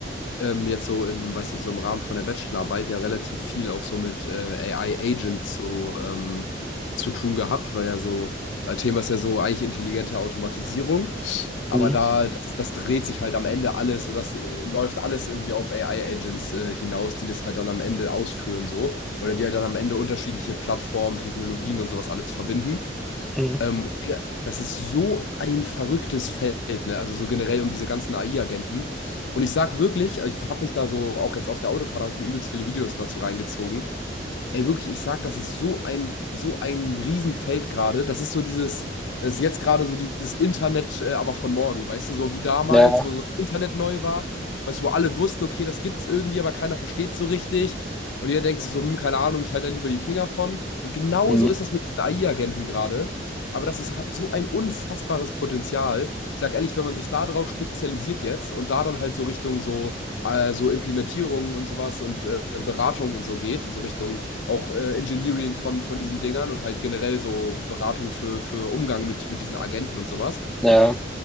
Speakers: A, on the left; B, in the centre.
A: ähm, jetzt so im, weiß nicht, so im Rahmen von der Bachelorarbeit ja relativ viel auch so mit äh, AI-Agents so ähm, zu tun gehabt, weil ja so, äh, Thema ist ja so eigentlich intelligente Automatisierung. Aber
B: Mhm.
A: da, das, das dreht sich halt am Ende alles oder das äh, läuft alles irgendwie auf AI-Agents äh, hinaus, die das halt dann am Ende ausführen so. Oder die halt dann am Ende unterschiedliche Plattformen, Technologien und sowas alles verbinden.
B: Mhm.
A: Ähm, Digga, das ist so ein verrücktes Feld, ne? Also so generell um diese ganzen AI-Agenten. Und ich sag wirklich, ich habe mich da so, auch jetzt auf der Autofahrt, habe ich mir übelst viele Videos dazu reingezogen. Ey, wirklich, ich sag, das ist so ein, so ein Riesenfeld gerade. Das ist so dieses, das ist jetzt gerade so dieses Internet, äh, aber von morgen, weißt du, so wie damals,
B: Ja,
A: wo so Internet neu war, weißt du, wo alle wussten, okay, das gibt's irgendwie, aber keiner versteht so richtig. Und jeder denkt sich so, hm, keine Ahnung, ich halte da lieber die Finger von. Und genauso
B: mhm.
A: ist das mit diesen AI-Agenten gerade. Aber das ist, hat so ein unfassbares Potenzial. Ich sage ehrlich, wenn man sich da drauf spezialisiert jetzt und da dann halt so Richtung so, äh, so Implementierung und sowas und äh, Beratung und so geht, so Richtung auch äh, Engineering von, von diesen Dingern und halt generell so Beratung für, für Umgang mit, mit diesen Agenten und sowas.
B: Ja,